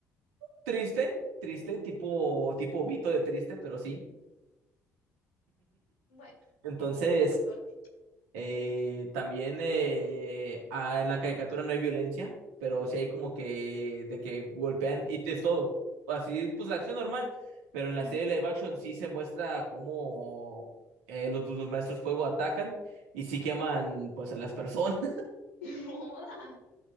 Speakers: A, on the right (about 70°); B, on the left (about 70°).
A: Triste, triste, tipo, tipo Vito de triste, pero sí.
B: Bueno,
A: Entonces,
B: entonces sí está fuerte.
A: eh, también eh, ah, en la caricatura no hay violencia, pero sí hay como que de que golpean y te es todo. Así, pues, la acción normal, pero en la
B: Ujú.
A: serie live action sí se muestra cómo eh, los, los maestros fuego atacan y sí queman, pues, a las personas.
B: <laughs> Joda.